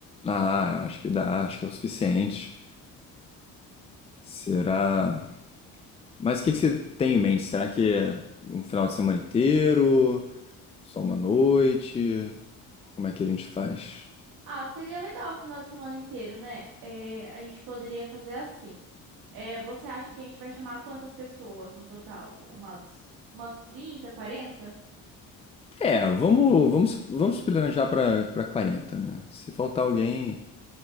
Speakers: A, on the left; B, on the right.
A: Ah, eu acho que dá, acho que é o suficiente. Será? Mas o que que você tem em mente? Será que é um final de semana inteiro? Só uma noite? Como é que a gente faz?
B: Ah, seria legal o final de semana inteiro, né? É, a gente poderia fazer assim. É, você acha que a gente vai chamar quantas pessoas no total? Umas, umas 30, 40?
A: É, vamos, vamos, se- vamos se planejar para para quarenta né? Se faltar alguém,